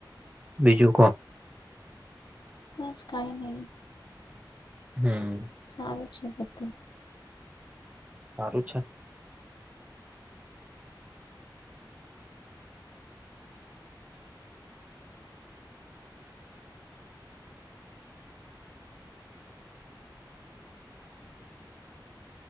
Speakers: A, on the right; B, on the left.
A: બીજું કોણ.
B: બસ કઈ નહી
A: હમ.
B: સારું છે બધું
A: સારું છે.